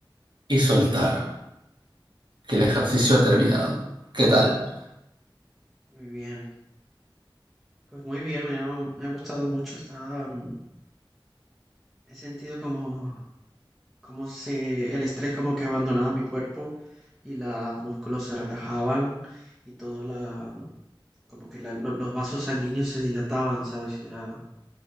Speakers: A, on the right (about 60°); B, in the centre.
A: y soltar. Que el ejercicio ha terminado. ¿Qué tal?
B: Muy bien, pues muy bien, me ha, me ha gustado mucho. Está, mm, he sentido como, como se, el estrés como que abandonaba mi cuerpo y los músculos se relajaban y todo la, como que la- lo- los vasos sanguíneos se dilataban, ¿sabes? Que era,